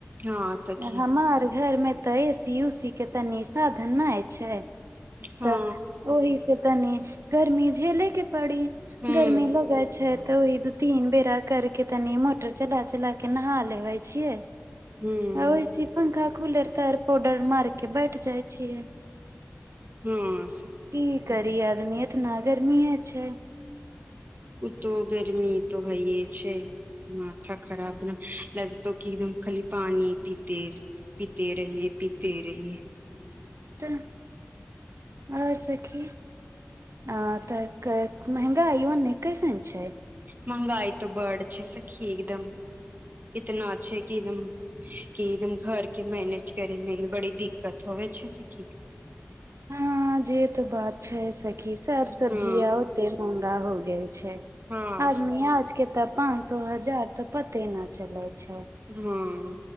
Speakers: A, on the right; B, on the right.
A: हँ सखी
B: हमर घर में तऽ ए सी उ सी के तऽ साधन नहि छै
A: हँ
B: तऽ ओहि से तनी गर्मी झेलेके बड़ी
A: हूँ
B: गर्मी लगै छै तऽ ओहि तीन बेरा करके तनी मोटर चला चला के नहा लेबे छियै
A: हूं
B: आ ओहिसे पंखा कूलर तार पाउडर मार के बैठ जाइ छियै
A: ह्म
B: की करी आदमी ए तऽना गर्मी छै
A: ओ त गरमी त हइए छै माथा खराब एकदम लगतौ क एकदम खाली पानी पीते पीते रहिए पीते रहीयै
B: तऽ ओर सखी आ तऽ महगा आइो नहि कैसन छै
A: महंगाई त बड छै सखी एकदम इतना अच्छा कि एकदम कि एकदम घर के मैनेज करेमे बड़ी दिक्कत हो हो छै सखी
B: हाँ जे त बात छै सखी क सब
A: हँ
B: सब्जीया ओते महंगा हो गेल छै
A: हँ
B: आदमी
A: सखी
B: आज के तऽ पाच सौ हजार तऽ पते न चलै छै
A: ह्म